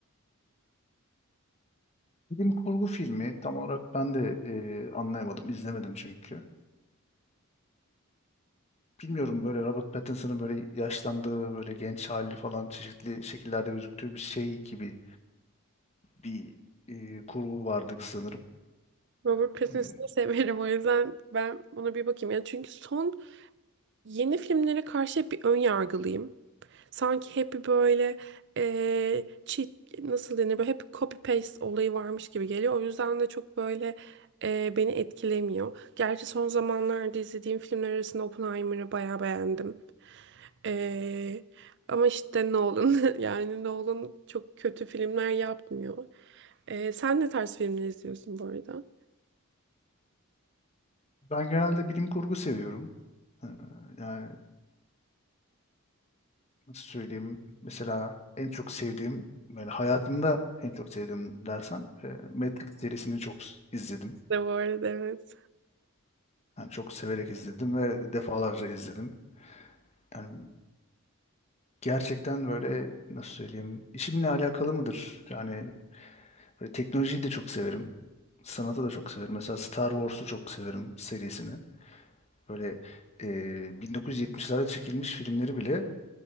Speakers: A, on the left; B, on the right.
A: Bilim kurgu filmi tam olarak ben de ee, anlayamadım, izlemedim çünkü. bilmiyorum böyle Robert Pattinson'ın böyle yaşlandığı, böyle genç hali falan çeşitli şekillerde gözüktüğü bir şey gibi bir e, kurgu vardı sanırım.
B: Robert Pattinson'ı
A: E,
B: severim o yüzden ben buna bir bakayım. Yani çünkü son yeni filmlere karşı hep bir ön yargılıyım. Sanki hep bir böyle eee cheat nasıl denir böyle hep copy paste olayı varmış gibi geliyor. O yüzden de çok böyle eee, beni etkilemiyor. Gerçi son zamanlarda izlediğim filmler arasında Oppenheimer'ı bayağı beğendim. Eee, ama işte Nolan <laughs> yani Nolan çok kötü filmler yapmıyor. Eee, sen ne tarz filmler izliyorsun bu arada?
A: Ben genelde bilim kurgu seviyorum. E, yani nasıl söyleyeyim? Mesela en çok sevdiğim, böyle hayatımda en çok sevdiğim dersen e, Matrix serisini çok s- izledim.
B: De bu arada evet.
A: Yani çok severek izledim ve defalarca izledim. Yani gerçekten böyle nasıl söyleyeyim? İşimle alakalı mıdır? Yani Böyle teknolojiyi de çok severim. Sanatı da çok severim. Mesela Star Wars'u çok severim serisini. Böyle e, 1970'lerde çekilmiş filmleri bile